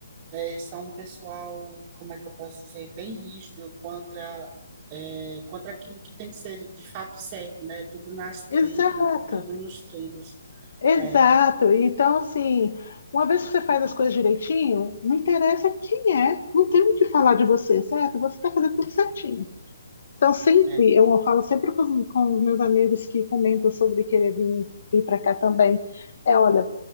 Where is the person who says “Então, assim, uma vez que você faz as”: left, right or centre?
Left